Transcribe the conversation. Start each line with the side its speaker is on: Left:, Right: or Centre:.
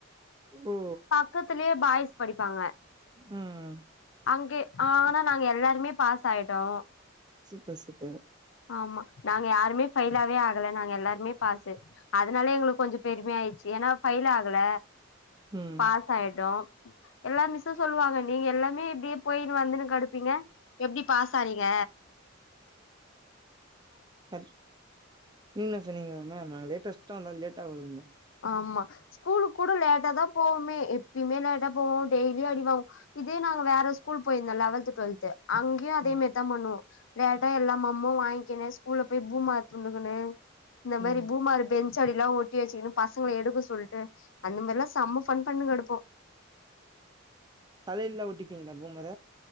Right: ஓ
Left: பக்கத்துலயே பாய்ஸ் படிப்பாங்க
Right: ம்
Left: அங்கே ஆனா நாங்க எல்லாருமே பாஸ் ஆயிட் ட்டோ
Right: சூப்பர் சூப்பர்
Left: ஆமா நாங்க யாருமே ஃபைலாவே ஆகல நாங்க எல்லாருமே பாசு அதனாலே எங்களுக் கொஞ்சோ பெருமையா ஆய்ச் ஏனா ஃபயில் ஆகல
Right: ம்
Left: பாஸ் ஆயிட்டோ எல்லார் மிஸ்சும் சொல்லுவாங்க நீங்க எல்லாமே இப்டியே போயினு வந்துன்னு கடுப்பீங்க எப்டி பாசானிங்க
Right: நீங்க என்னா சொன்னீங்க மேம் நாங்க லேட்டஸ்ட் ஸ்டா வந்தா லேட்டா வருவீங்க
Left: அம்மா ஸ்கூலுக்கு கூட லேட்டா தா போவமே எப்பயுமே லேட்டா போவோ டெய்லி அடிவா இதே நாங்க வேற ஸ்கூல் போயிருந்தோ லெவன்த் டுவெல்த் அங்கேயு அதே
Right: ம்
Left: மாரிதா பண்ணுவோ லேட்டா எல்லா மோமோ வாங்கிணு ஸ்கூல்ல போய் பூமர் துண்ணுகிணு இந்த மாரி
Right: ம்
Left: பூமர் பென் ச் அடிலா ஒட்டி வச்சுகினு பசங்கள எடுக்க சொல்ட்டு அந்த மாறிலா செம்ம ஃபன் பண்ணிட்டு கடப்போ
Right: தலைல ஒட்டிப்பீங்களா பூமர